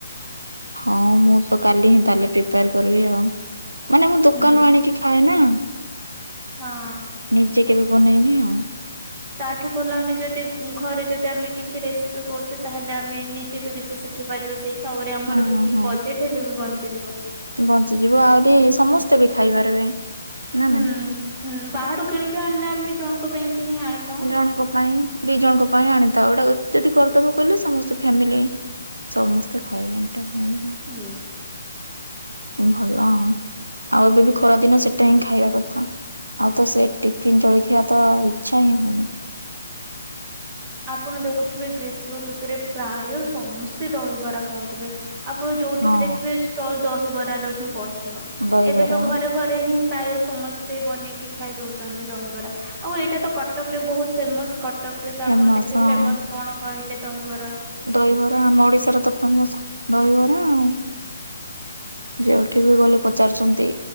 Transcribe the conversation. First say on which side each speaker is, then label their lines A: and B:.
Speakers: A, on the right; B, on the right.
A: ହଁ ମୁଁ ତ କାଲି ହିଁ ତାହେଲେ ପ୍ରିପେୟାର କରିବି ଆଉ। ମାନେ ମୁଁ ଦୋକାନରୁ
B: ହୁଁ
A: ଆଣିକି ଖାଏ ନା।
B: ହଁ।
A: ନିଜେ କେବେ ବନେଇନି ଆଉ।
B: ତାଠୁ ଭଲ ଆମେ ଯଦି ଘରେ ଯଦି ଆମେ କିଛି ରେସିପି କରୁଚୁ ତାହେଲେ ଆମେ ନିଜେ ବି କିଛି ଶିଖିପାରିବା ସେଇ ତାପରେ ଆମର
A: ହୁଁ
B: ବି କିଛି
A: ହୁଁ
B: ବଜେଟ ହେଲେ ବି ବଞ୍ଚିଯିବ।
A: ବଞ୍ଚିଯିବ ଆହୁରି ସମସ୍ତେ ବି ଖାଇପାରିବେ। ନା
B: ହୁଁ,
A: ନାଇଁ।
B: ହୁଁ ବାହାରୁ କିଣିକି ଆଣିଲେ ଆମ ଜଣଙ୍କ ପାଇଁ କିି ହିଁ ଆଣି
A: ଜଣଙ୍କ ପାଇଁ ଦି ଜଣଙ୍କ ପାଇଁ ଆଣିଥାଉ ଏଟାକୁ ଯଦି କରିଦେବ କଲେ ସମସ୍ତେ ଫ୍ୟାମିଲି ସମସ୍ତେ ଖାଇ ବାଣ୍ଟ ଫ୍ୟାମିଲି
B: <unintelligible>
A: ଭଲ ଆଁ ଆଉ ଏବେ ବି ଖରା ଦିନ ସେଟା ହିଁ ଖାଇବା କଥା ଆଉ ତ ସେ ଟିଫିନ ଜଳଖଆ ତ ଆଉ ଇଛା ହିଁ ହଉନି।
B: ଆପଣ ଦେଖୁଥିବେ ଗ୍ରୀଷ୍ମ ଋତୁରେ ପ୍ରାୟ ସମସ୍ତେ ଦହିବରା ଖାଉଥିବେ ଆପଣ ଯୋଉଠି
A: ହଁ।
B: ବି ଦେଖିବେ ଷ୍ଟଲ ଦହିବରର ହିଁ ପଡିଥିବ
A: ଦହିବରା
B: ଏବେ ତ ଘରେ ଘରେ ହିଁ ପ୍ରାୟ ସମସ୍ତେ ବନେଇକି ଖାଇ ଦଉଚନ୍ତି ଦହିବରା। ଆଉ ଏଇଟା ତ କଟକ ରେ ବହୁତ ଫେମସ କଟକରେ ତ
A: ଫେମସ
B: ଆପଣ ଦେଖିବେ
A: ହଁ
B: ଫେମସ କଣ କହିଲେ ଦହିବରା
A: ଦହିବରା ଆମ ଓଡିଶାର ତ ଫେମସ ଦହିବରା ଆଉ ଯେଉ ଭି ଗଲେ ପଚାରୁଚନ୍ତି